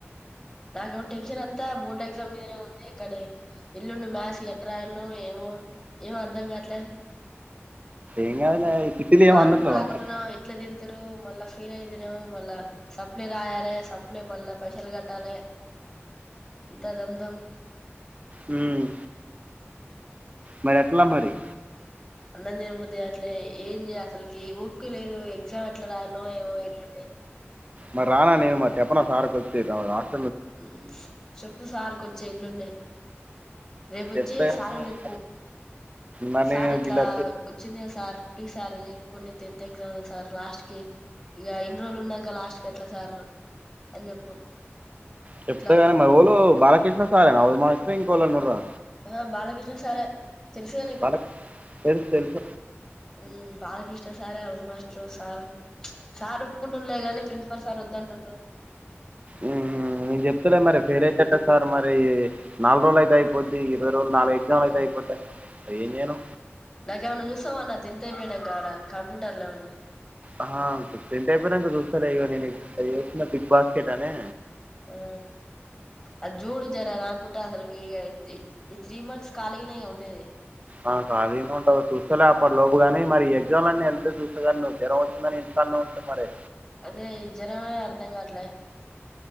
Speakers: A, on the left; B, on the right.
A: నాకేమో టెన్షన్ అంతా బోర్డ్ ఎగ్జామినే ఉన్నది. కానీ ఎల్లుండి మాథ్స్ ఎట్లా రాయాలో ఏమో ఏం అర్థం కావట్లేదు
B: ఏం కాదులే ఈ చిట్టీలు
A: మార్కులు
B: ఏం అందట్లేవా
A: రాకుంటానో
B: మరి
A: ఇంట్లో తిడతారు. మళ్ళ ఫెయిల్ అయితే నేమో మళ్ళ సప్లి రాయాలి. సప్లి మళ్ళ పైసల్ కట్టాలి. అంత దందాం
B: హ్మ్ మరెట్లా మరి
A: అన్నం తిన బుద్ధి కాట్లే ఏంది అసలుకి ఈ ఓపిక లేదు ఎగ్జామ్ ఎట్లా రాయాలో ఏమో ఎల్లుండి
B: మరి రానా నేను మరి చెప్పనా మరి సార్ కి వచ్చి తమ హాస్ట
A: హ్మ్ చెప్పు సార్ కొచ్చి ల్లున్నాయి రేపు వచ్చి
B: చెప్తే గానీ
A: సార్ చెప్పు
B: మరి
A: సార్
B: నేను
A: ఇట్లా
B: ఇలా
A: వచ్చింది. సార్ ప్లీజ్ సార్ ఎరుకొని టెన్త్ ఎగ్జామ్స్ సార్ లాస్ట్ కి ఇగా ఇన్నీ రోళ్లు ఉన్నాక లాస్ట్ కి ఎట్లా సార్ అని చెప్పు
B: చెప్తాగాని
A: ఇట్లా అని
B: మరి ఎవలు బాలకృష్ణ సరేనా మాస్టరు ఇంకా ఎవరైనా ఉన్నారా
A: ఆహ బాల బాలకృష్ణ సారే తెలుసు కదా నీకు
B: బాలకృష్ణ తెలుసు తెలుసు
A: ఉమ్ బాలా ఇష్టం సరే హౌస్ మాస్టర్ సార్ సార్ ఒప్పుకుంటున్నా గాని ప్రిన్సిపాల్ సర్ వద్దంటున్నారు
B: ఉమ్ నేను చెప్తాలే మరి ఫెయిల్ అయితే ఎట్లా సార్ మరీ నాలుగు రోజులు అయితే అయిపోద్ది ఇరవై రోజులు నాలుగు ఎగ్జామ్లు
A: ఆ
B: అయితే అయిపోతాయి ఏం చేయను
A: నాకేమన్నా చూస్తావా అన్న టెన్త్ అయిపోయినంక ఆడ కంప్యూటర్లు ఏమన్నా
B: ఆహా టెన్త్ అయిపోయినంక చూస్తాలే ఇదిగో నేను ఇక్కడ చేస్తున్న బిగ్ బాస్కెట్ అని
A: ఆ అ జోడు జర నాకు కూడా అసలుకి ఈ త్రీ మంత్స్ కాలిగనే కదా ఉండేది.
B: ఆ కాళి గానే ఉంటావ్ చూస్తేలే అప్పటి లోపుగాని మరి ఎగ్జామ్స్ అన్నీ ఎళ్తే చూస్తా కానీ నువ్వు జ్వరం వచ్చిందని ఎట్లా అన్నావ్ ఇప్పుడు మరే
A: అదే జ్వరమే అర్థం కాట్లే